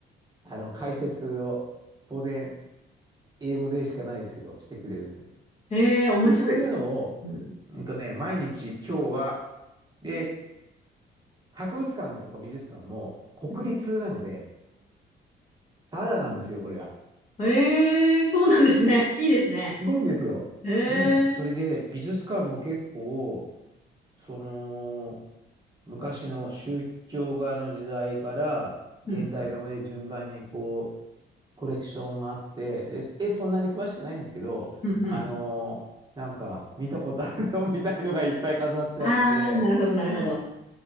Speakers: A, on the right (about 20°); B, on the left (about 40°).
A: あの、解説を当然英語でしかないですけど、してくれるっていうの。
B: い。えー、面白いです。
A: で、そういうのを、
B: うん。
A: うんとね、毎日今日は、で、博物館とか美術館も国立なので、
B: うん。
A: ただなんですよ、これが。
B: うんえー、そうなんですね。いいですね。
A: すごいんですよ。
B: えー、
A: うん。それで、美術館も結構、その、昔の宗教画の時代から現代画まで順番にこう、
B: うん。
A: コレクションがあって、で、え、そんなに詳しくないんですけど、
B: うん、うん。
A: あのなんか見たことあるぞ <laughs> みたいのがいっぱい飾ってあって、
B: あー、なるほど、なるほど。